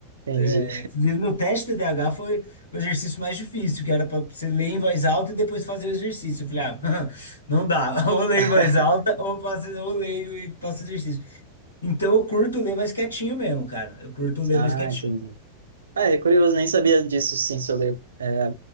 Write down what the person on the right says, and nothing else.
Entendi.
<laughs>
Ah,
entendi. Ah, é curioso, nem sabia disso, sim, sobre, é,